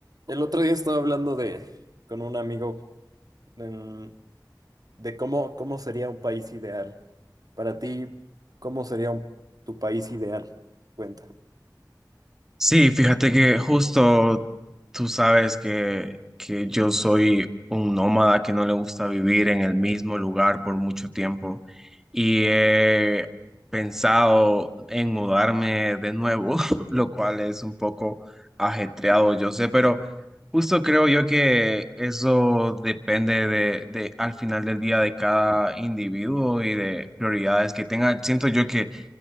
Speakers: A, on the right; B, in the centre.
A: El otro día estaba hablando de con un amigo en- de cómo, cómo sería un país ideal. Para ti, ¿cómo sería un- tu país ideal? Cuenta.
B: Sí, fíjate que justo tú sabes que, que yo soy un nómada que no le gusta vivir en el mismo lugar por mucho tiempo y he pensado en mudarme de nuevo, <laughs> lo cual es un poco ajetreado, yo sé, pero justo creo yo que eso depende de, de al final del día de cada individuo y de prioridades que tenga. Siento yo que